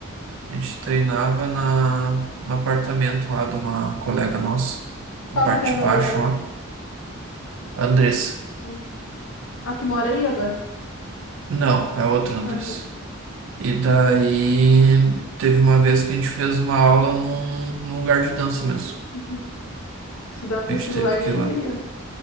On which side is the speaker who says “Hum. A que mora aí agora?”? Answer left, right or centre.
Left